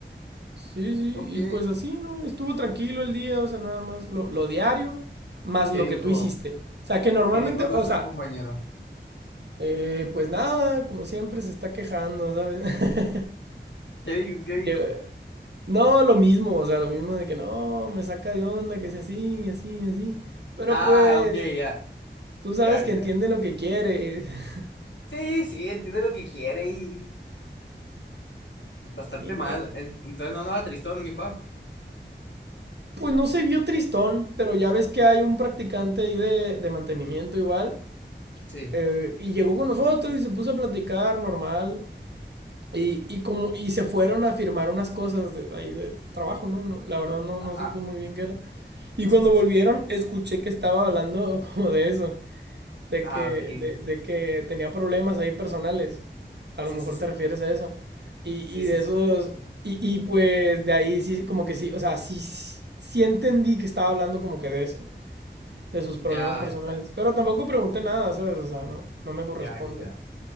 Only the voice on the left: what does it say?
Ok.
¿Qué
dijo?
¿Qué dijo
nuestro
compañero?
¿Qué dijo? ¿Qué dijo?
Ah,
ok, ya.
Ya, ya,
ya.
Sí, sí, entiende lo que quiere y bastante
mal.
En- Entonces no andaba tristón, mi pap.
Sí.
Ah,
ah,
sí,
sí,
sí.
Ah,
ok.
Sí,
sí, sí.
Sí,
sí,
sí.
Ya,
ya,
ya, ya, ya.